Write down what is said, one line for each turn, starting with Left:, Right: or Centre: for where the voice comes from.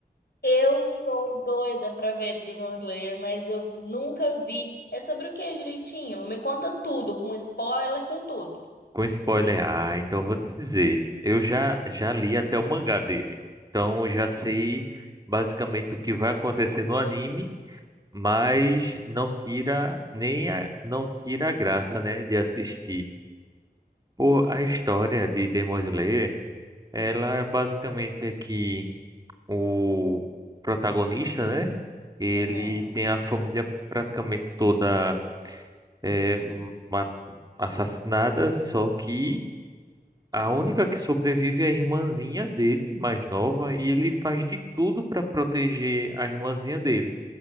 Left: Eu sou doida pra ver Demon Slayer, mas eu nunca vi. É sobre o que direitinho? Me conta tudo, com spoiler, com tudo.
Right: com spoiler. Ah, então eu vou te dizer, eu já já li até o mangá dele. Então eu já sei basicamente o que vai acontecer no anime, mas não tira nem a, não tira a graça, né, de assistir. Pô, a história de Demon Slayer Ela é basicamente aqui o protagonista, né? Ele
Left: Uhum.
Right: tem a família praticamente toda é, ma- assassinada, só que a única que sobrevive é a irmãzinha dele, mais nova, e ele faz de tudo para proteger a irmãzinha dele.